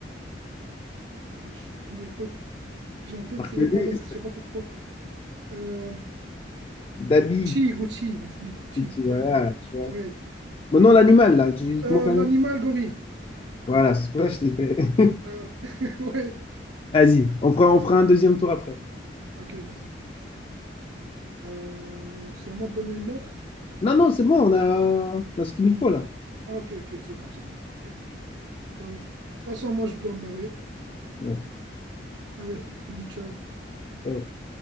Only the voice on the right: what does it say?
marque de luxe, c'est le premier truc que j'ai en tête,
c'est
Rolex, je sais pas pourquoi. Euh,
Gucci, Gucci, vas-y, Gucci,
putain,
ouais.
Euh,
l'animal
gorille,
Euh, <laughs> ouais,
ok, vas-y. Euh, c'est à moi de donner une lettre?
Ah, ok, ok, c'est bon, c'est bon, ok. Alors, de toute façon, moi, je dois me barrer.
Allez, je te dis ciao.